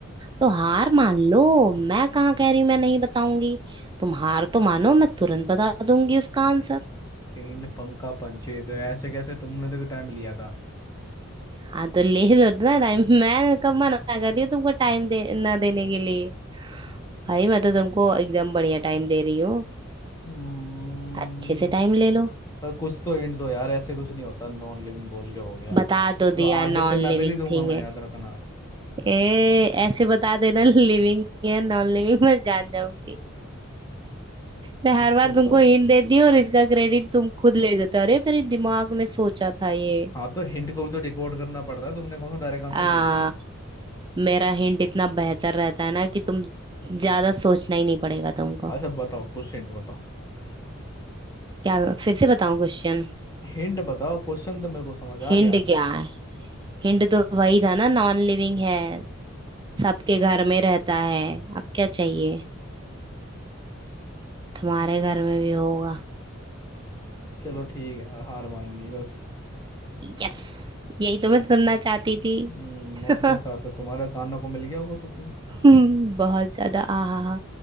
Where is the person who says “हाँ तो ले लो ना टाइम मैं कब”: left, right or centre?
Right